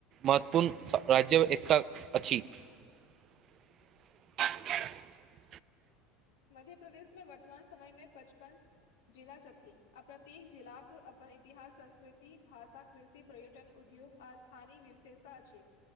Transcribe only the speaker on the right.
महत्वपूर्ण राज्य एकता अछी। <inaudible>